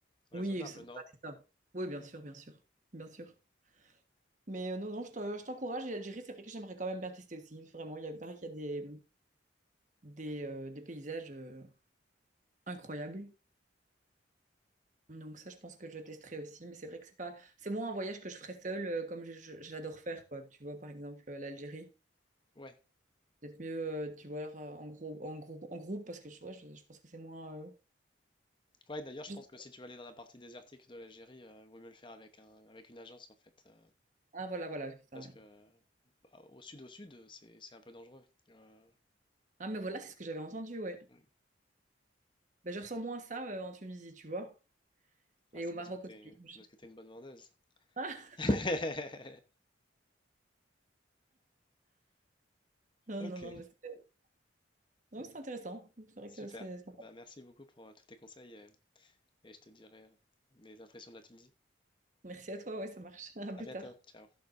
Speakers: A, on the left; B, on the right.
A: raisonnables,
B: Oui, c'est bah,
A: non?
B: c'est ça. Oui, bien sûr, bien sûr, bien sûr. Mais euh, non, non, je t'en- je t'encourage. Et l'Algérie, c'est vrai que j'aimerais quand même bien tester aussi. Vraiment, il y a, il paraît qu'il y a des, des, euh, des paysages. euh, incroyable. Donc ça, je pense que je testerai aussi. Mais c'est vrai que c'est pas, c'est moins un voyage que je ferais seule, euh, comme je- je- j'adore faire, quoi. Tu vois, par exemple, euh, l'Algérie.
A: Ouais.
B: Peut-être mieux, euh, tu vois, alors, euh, en groupe, en groupe, en groupe, parce que je, ouais, je, je pense que c'est moins. euh,
A: Ouais, d'ailleurs, je
B: je-
A: pense que si tu veux aller dans la partie désertique de l'Algérie, euh, il vaut mieux le faire avec un, avec une agence en fait, euh,
B: Ah voilà, voilà. c'est ça,
A: parce
B: ouais.
A: que bah, au sud, au sud, euh, c'est c'est un peu dangereux. Euh,
B: Ah mais voilà, c'est ce que j'avais entendu, ouais.
A: Mm.
B: Ben, je ressens moins ça euh, en Tunisie, tu vois,
A: Ah,
B: et
A: c'est
B: au Maroc
A: parce que t'es,
B: aussi.
A: c'est parce que
B: <laughs>
A: t'es une bonne vendeuse.
B: Ah,
A: <laughs>
B: non,
A: Ok,
B: non, non, mais c'est non, mais c'est intéressant. C'est vrai
A: super.
B: que c'est sympa.
A: Bah merci beaucoup pour euh, tous tes conseils et, et je te dirai euh, mes impressions de la Tunisie.
B: Merci à toi, ouais, ça marche. <laughs> À plus
A: À bientôt,
B: tard.
A: ciao.